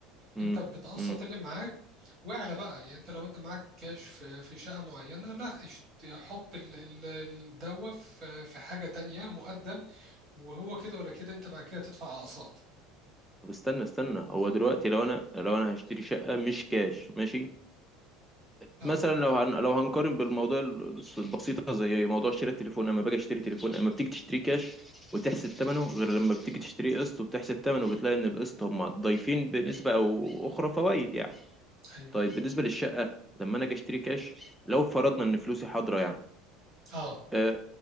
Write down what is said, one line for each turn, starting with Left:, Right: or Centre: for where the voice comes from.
Centre: مم.
Right: أنت بتقسط
Centre: مم.
Right: اللي معاك واعلى بقى يعني أنت لو أنت معاك كاش في في شقة معينة لا اشت- حط ال- ال- الدوا في في حاجة تانية مقدم وهو كده ولا كده أنت بعد كده تدفع أقساط
Centre: طب استنى استنى هو دلوقتي لو انا لو انا هشتري شقه مش كاش ماشي
Right: أه
Centre: مثلا لو هن... لو هنقارن بالموضوع ال- البسيطه زي موضوع شراء التليفون لما باجي اشتري تليفون اما بتيجي تشتري كاش وتحسب ثمنه غير لما بتيجي تشتري قسط وتحسب ثمنه بتلاقي ان القسط هم ضايفين بنسبه او اخرى فوائد يعني
Right: أيوه
Centre: طيب بالنسبه للشقه لما انا اجي اشتري كاش لو فرضنا ان فلوسي حاضره يعني
Right: أه
Centre: آه،